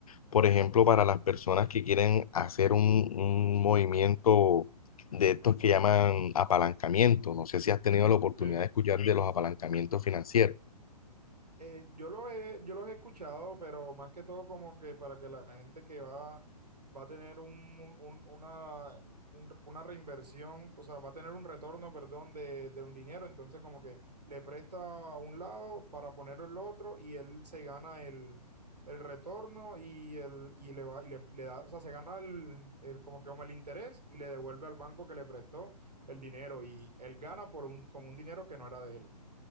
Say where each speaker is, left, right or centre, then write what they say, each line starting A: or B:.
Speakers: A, on the left; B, on the right.
A: Por ejemplo, para las personas que quieren hacer un, un movimiento de estos que llaman apalancamiento. No sé si has tenido la oportunidad
B: Ok.
A: de escuchar de los apalancamientos financieros.
B: Eh, yo lo he, yo los he escuchado, pero más que todo como que para que la gente que va, va a tener un, un- una, un- una reinversión, o sea, va a tener un retorno, perdón, de, de un dinero, entonces como que le presta a un lado para ponerlo el otro y él se gana el, el retorno y, el, y le va, y le, le da, o sea, se gana el, el- como que como el interés y le devuelve al banco que le prestó el dinero y él gana por un, con un dinero que no era de él.